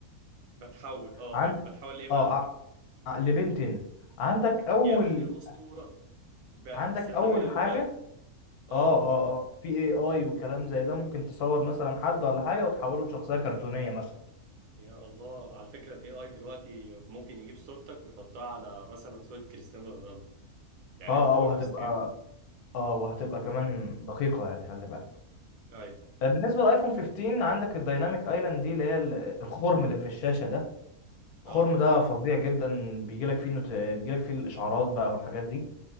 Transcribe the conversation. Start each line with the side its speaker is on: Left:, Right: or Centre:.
Right: بتحول اه
Left: عن
Right: بتحول ليه بقى
Left: اه ع- ع- لبنتين عندك اول
Right: يا ابني الاسطورة ب...
Left: عندك
Right: باستخدامي
Left: اول
Right: للموبايل
Left: حاجه
Right: اه
Left: اه اه اه في اي اي وكلام زي ده ممكن تصور مثلا حد ولا حاجه وتحوله لشخصيه كرتونيه مثلا
Right: يا الله على فكرة الاي اي دلوقتي ممكن يجيب صورتك ويحطها على مثلا صورة كريستيانو رونالدو يعني
Left: اه
Right: انت تبقى
Left: اه وهتبقى
Right: كريستيانو
Left: اه وهتبقى
Right: مم.
Left: كمان دقيقه يعني خلي بالك
Right: ايوه
Left: آه، بالنسبه للايفون 15 عندك الدايناميك ايلاند دي اللي هي ال- الخرم اللي في الشاشه ده
Right: اه
Left: الخرم ده فظيع جدا بيجيلك فيه نوت... بيجيلك فيه الاشعارات بقى والحاجات دي